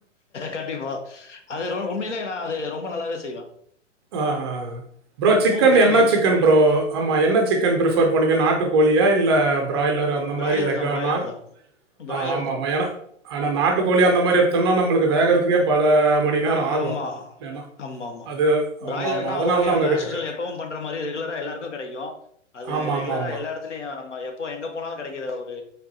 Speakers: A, on the left; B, on the right.
A: கண்டிப்பா அது ரொம்ப உண்மையிலே நா அது ரொம்ப நல்லாவே செய்வே
B: ஆ ஹ ப்ரோ சிக்கன்ல
A: கிரேவியும்
B: என்ன
A: வச்சு
B: சிக்கன் ப்ரோ ஆமா என்ன சிக்கன் பிரிஃபர் பண்ணுவிங்க நாட்டு கோழியா இல்ல பிராயலர் அ ந்த
A: பிராய்லர்
B: மாரி லெகானா
A: தான் பிராய்லர் தான் பிராய்லர்
B: அ ஆமாமா
A: தான்
B: எனா ஆனா நாட்டுக்கோழி அந்த மாரி எடுத்தோனா நம்மளுக்கு வேகறக் மிக பல மணி நேரோ ஆக
A: ஆமா
B: ஏனா
A: ஆமா ஆமா
B: அது
A: பிராய்லர்னா
B: ஆமா ஆமா அதனால
A: ஓகே
B: தான்
A: நம்ம
B: உங்ககிட்ட
A: ஆஸ்யுசுவல்
B: கேட்டேன்
A: எப்பவு பண்ற மாரி ரெகுலரா எல்லாருக்கு கெடைக்கு அது
B: ஆமா
A: ரெகுலரா
B: ஆமா ஆமா
A: எல்லா எடத்துலய நம்ம எப்போ எங்க போனாலு கெடைக்கிற ஒரு